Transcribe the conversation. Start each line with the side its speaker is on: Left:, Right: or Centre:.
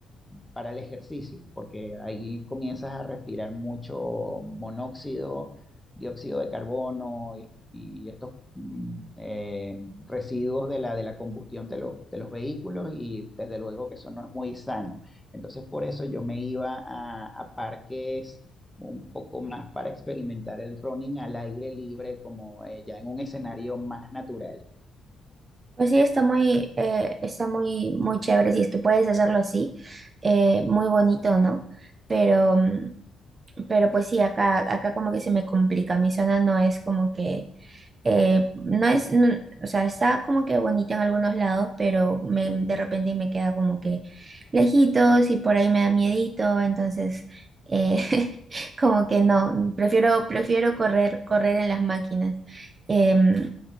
Centre: para el ejercicio, porque ahí comienzas a respirar mucho monóxido, dióxido de carbono y, y estos mm, eh, residuos de la, de la combustión de los, de los vehículos y desde luego que eso no es muy sano. Entonces por eso yo me iba a, a parques un poco más para experimentar el running al aire libre, como eh, ya en un escenario más natural.
Right: Pues sí, está muy, eh, está muy, muy chévere si es que puedes hacerlo así, eh, muy bonito, ¿no? Pero, mm, pero pues sí, acá, acá como que se me complica. Mi zona no es como que Eh, no es, no- o sea, está como que bonita en algunos lados, pero me, de repente me queda como que lejitos y por ahí me da miedito, entonces eh, <laughs> como que no, prefiero, prefiero correr, correr en las máquinas. Em,